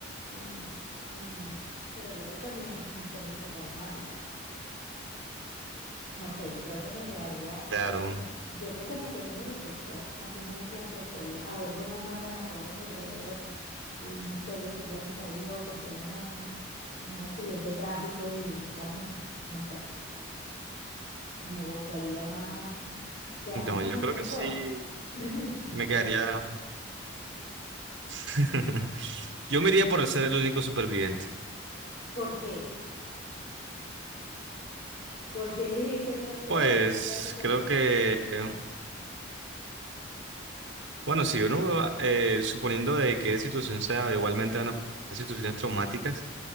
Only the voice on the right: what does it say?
Claro.
No,
yo
creo que sí
me quedaría. <laughs> Yo me iría por ser el único superviviente.
Pues
creo que, bueno, si uno va, eh, suponiendo de qué situación sea, igualmente van a pasar situaciones traumáticas,